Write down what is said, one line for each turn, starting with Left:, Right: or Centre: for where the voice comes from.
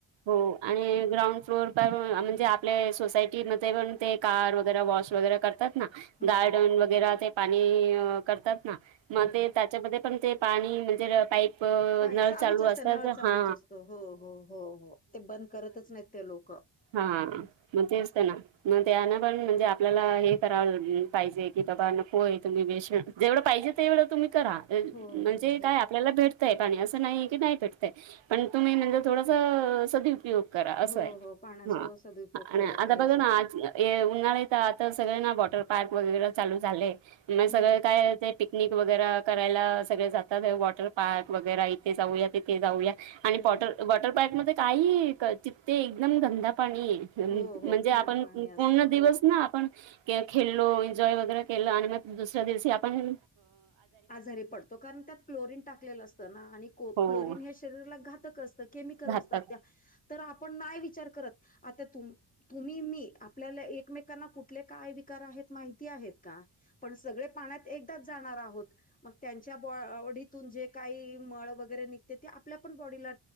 Right: हो आणि ग्राउंड फ्लोर. पण म्हणजे आपले सोसायटीमध्ये पण ते, कार वगैरे वॉश वगैरे करतात.
Left: हो
Right: गार्डन वगैरा ते पाणी करतात ना, मग
Left: हो
Right: ते त्यांच्यामध्ये पण ते. पाणी म्हणजे र पाईप.
Left: पाईप
Right: नळ
Left: चालूच
Right: चालू
Left: असत,
Right: असतात
Left: नळ चालूच
Right: हा
Left: असतो. हो. हो. हो. हो. ते बंद करतच नाहीत ते लोक.
Right: हा,
Left: हो
Right: मग तेच तेना. मग त्यांना पण म्हणजे आपल्याला हे, कराव पाहिजे की बाबा नकोय तुम्ही बेश जेवढं पाहिजे तेवढं तुम्ही करा,
Left: हो
Right: म्हणजे
Left: हो
Right: काय आपल्याला भेट तेय पाणी असं नाही की, नाही भेटतय पण तुम्ही म्हणजे थोडंसं सदी उपयोग करा असं
Left: हो
Right: आहे.
Left: हो पाण्याचा
Right: हा,.
Left: सदुपयोग केला
Right: आता
Left: पाहिजे
Right: बघा आज. हे उन्हाळ्यात आता सगळे ना, वॉटर पार्क वगैरे चालू झाले मग
Left: हम्म
Right: सगळे काय. ते पिकनिक वगैरे करायला सगळे जातात, वॉटर पार्क वगैरे इथे जाऊया तिथे जाऊया. आणि
Left: हो
Right: पॉटर वॉटर पार्क मध्ये काय ही, तिथे एकदम गंदा पाणी ये.
Left: हो हो
Right: म्हणजे
Left: घाण
Right: आपण
Left: पाणी
Right: पूर्ण
Left: असतो
Right: दिवस
Left: हो
Right: ना आपण. खेळलो एन्जॉय वगैरे केलं, आणि मग दुसऱ्या दिवशी आपण.
Left: आजारी पडतो कारण, त्यात क्लोरीन टाकलेलं असतं ना, आणि क्लोरीन
Right: हो
Left: हे शरीरला घातक असत. केमिकल
Right: घातक
Left: असतात त्या, तर आपण नाही विचार करत आता तुम्ह तुम्ही मी आपल्याला एकमेकांना कुठले. काय विकार आहेत माहिती आहेत का? पण सगळे पाण्यात एकदाच जाणार आहोत. मग त्यांच्या बॉडीतून जे, काही मळ वगैरे निघते ते आपल्या पण बॉडीला.